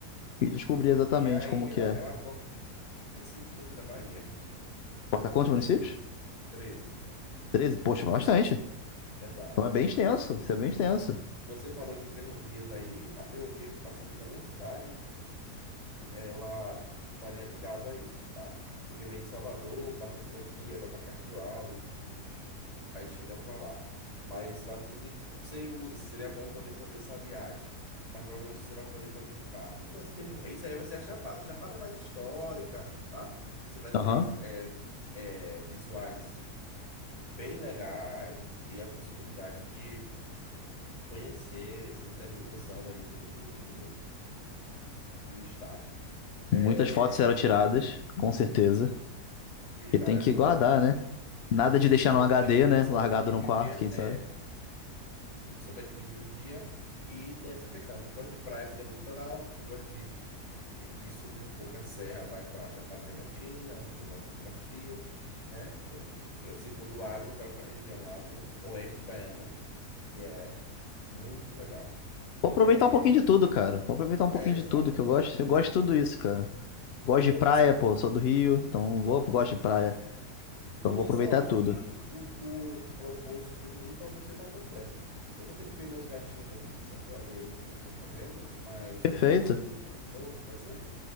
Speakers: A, on the left (about 65°); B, on the left (about 25°).
A: e descobrir exatamente
B: E aí
A: como que
B: ela,
A: é.
B: ela cobre municípios aqui da Bahia.
A: Corta quantos municípios?
B: treze
A: treze Poxa, bastante.
B: exato.
A: Então é bem extenso,
B: Então, assim,
A: isso é bem extenso.
B: você falou de ferrovias aí, a ferrovia que passa aqui na minha cidade, ela estaria ligada a isso, tá? Porque vem de Salvador, passa por aqui, aí vai para Castro Alves, de aí chega para lá. Mas está tudo sem uso. assim, Seria bom poder fazer essa viagem. Mas provavelmente você vai poder fazer de carro. Então, você tem, mu- isso aí vai ser a Chapada. A Chapada é mais histórica, tá? Você vai
A: Aham.
B: ter é, é, visuais bem legais e a possibilidade de conhecer esse interiorzão aí do, do, do, do estado. É,
A: Muitas fotos serão tiradas, com certeza.
B: tire
A: E
B: várias
A: tem que
B: fotos.
A: guardar, né? Nada de deixar
B: Eu
A: no HD,
B: penso que
A: né?
B: você
A: Largado
B: vai dividir
A: num quarto,
B: o dia.
A: quem
B: É,
A: sabe.
B: Você vai dividir o dia e tem essa questão. Para quem gosta de praia, fica no litoral. Para quem gosta de, de subir um pouco a serra, vai para a Chapada Diamantina, um lugar um pouco mais frio, né? Então, pra- se for do agro, vai para a região lá do Oeste Baiano, que é muito legal.
A: Vou aproveitar
B: É,
A: um pouquinho de tudo, cara. Vou aproveitar um pouquinho
B: é exatamente.
A: de tudo que eu gosto. Eu gosto de tudo isso, cara. Gosto de
B: Com
A: praia,
B: isso aqui,
A: pô,
B: eu-
A: sou do Rio, então vou, gosto de praia. Então
B: com
A: vou
B: isso
A: aproveitar
B: eu acho
A: tudo.
B: que o tour proposto por mim para você está completo. Eu vou ter que ver meus gatinhos aqui, que eu sempre olho eles, o que eles estão fazendo, mas
A: Perfeito.
B: qualquer coisa você liga para mim de novo, pode ser?